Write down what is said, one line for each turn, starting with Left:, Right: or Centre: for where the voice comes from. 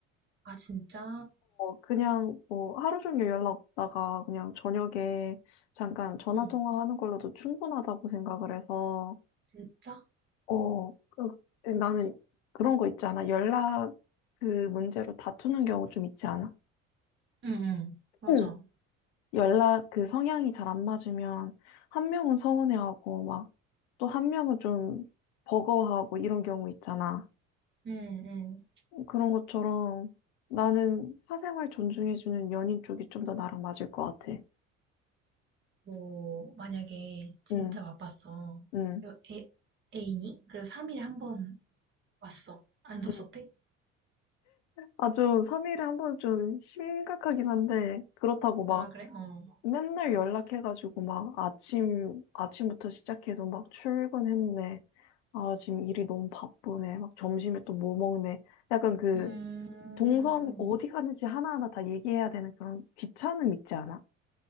Right: 아, 진짜?
Left: 그냥 뭐 하루 종일 연락 없다가 그냥 저녁에 잠깐 전화
Right: 응.
Left: 통화하는 걸로도 충분하다고 생각을 해서,
Right: 진짜?
Left: 어, 그- 나는 그런 거 있지 않아? 연락 그 문제로 다투는 경우 좀 있지 않아?
Right: 응, 응. 맞아.
Left: <clears throat> 연락 그 성향이 잘 안 맞으면 한 명은 서운해하고 막 또 한 명은 좀 버거워하고 이런 경우 있잖아.
Right: 응, 응.
Left: 그런 것처럼 나는 사생활 존중해주는 연인 쪽이 좀 더 나랑 맞을 것 같아.
Right: 뭐, 만약에 진짜
Left: 응,
Right: 바빴어.
Left: 응.
Right: 여- 애, 애인이? 그래도 3일에 한 번 왔어. 안 섭섭해?
Left: 응. 아주 3일에 한 번 좀 심각하긴 한데, 그렇다고 막
Right: 아, 그래? 어.
Left: 맨날 연락해가지고 막 아침, 아침부터 시작해서 막 출근했네. 아, 지금 일이 너무 바쁘네. 막 점심에 또 뭐 먹네. 약간 그
Right: 음,
Left: 동선 어디 가는지 하나하나 다 얘기해야 되는 그런 귀찮음 있지 않아?